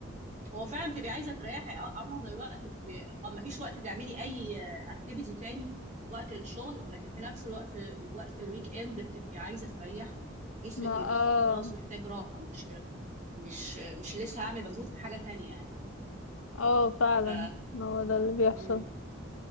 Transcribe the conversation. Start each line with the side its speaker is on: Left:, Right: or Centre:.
Right: هو فعلا بتبقي عايزه تريحي اه آه، معظم الوقت بتبقي آه، مفيش وقت تعملي اي اكتيفيتي تاني وقت الشغل لكن في نفس الوقت وقت الويك اند بتبقي عايزه تريحي جسمك
Left: ما
Right: بيبقى
Left: اه
Right: خلاص محتاج راحه مش مش مش لسه هعمل مجهود في حاجه تانية يعني
Left: اه فعلا
Right: ف
Left: ما هو ده اللي بيحصل
Right: مم.